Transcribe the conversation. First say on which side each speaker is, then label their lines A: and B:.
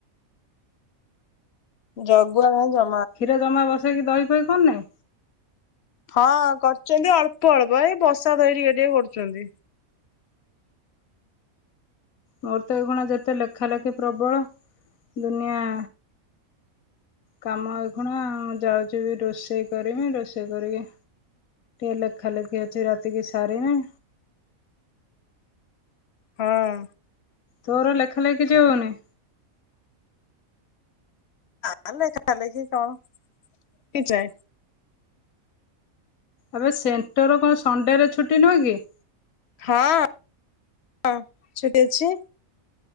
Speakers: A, on the left; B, on the left.
A: ଜଗୁଆ କାଇଁ ଜ
B: କ୍ଷୀର ଜମା ବସେଇକି ଦହି ଫଇ କରୁନେଇଁ?
A: ହଁ କରୁଚନ୍ତି ଅଳ୍ପ ଅଳ୍ପ ଏଇ ବସା ଦହି ଟିକେ ଟିକେ କରୁଛନ୍ତି।
B: ମୋର ତ ଏଇ ଖିଣା ଯେତେ ଲେଖା ଲେଖି ପ୍ରବଳ। ଦୁନିଆ କାମ ଏଇ ଖିଣା ମୁଁ ଯାଉଛି ବି ରୋଷେଇ କରିମି, ରୋଷେଇ କରିକି ଲେଖା ଲେଖି ଅଛି ରାତି କି ସାରିମି।
A: ହଁ।
B: ତୋର ଲେଖା ଲେଖି କିଛି ହଉନି?
A: ନା ଲେଖା ଲେଖି କଣ କି ଯଏ।
B: ଏବେ ସେଣ୍ଟର କଣ ସଣ୍ଡେରେ ଛୁଟି ନୁହଁ କି?
A: ହଁ ଛୁଟି ଅଛି।